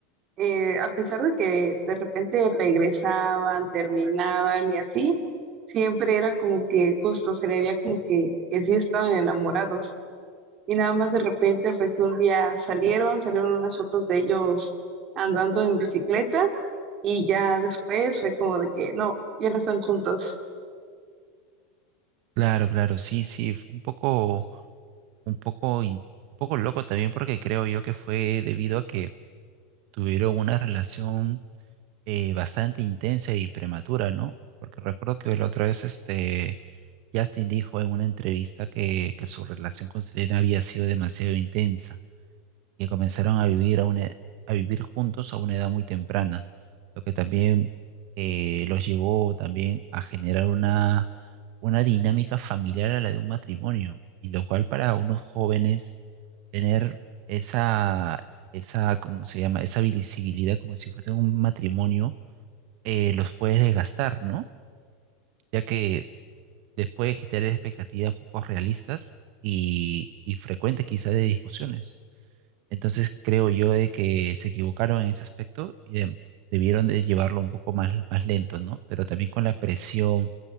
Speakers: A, on the right; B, on the right.
A: eh, a pesar de que de repente regresaban, terminaban y así, siempre era como que justo se le veía como que, que sí estaban enamorados. Y nada más de repente fue que un día salieron, salieron unas fotos de ellos andando en bicicleta y ya después fue como de que no, ya no están juntos.
B: Claro, claro, sí, sí, fue un poco, un poco, in- un poco loco también porque creo yo que fue debido a que tuvieron una relación eh, bastante intensa y prematura, ¿no? Porque recuerdo que la otra vez este, Justin dijo en una entrevista que, que su relación con Selena había sido demasiado intensa que comenzaron a vivir, a una- a vivir juntos a una edad muy temprana, lo que también eh, los llevó también a generar una, una dinámica familiar a la de un matrimonio, y lo cual para unos jóvenes tener esa, esa, ¿cómo se llama? Esa visibilidad como si fuese un matrimonio, eh, los puede desgastar, ¿no? Ya que después de generar expectativas poco realistas y, y frecuentes quizás de discusiones. Entonces creo yo de que se equivocaron en ese aspecto y de- debieron de llevarlo un poco más, más lento, ¿no? Pero también con la presión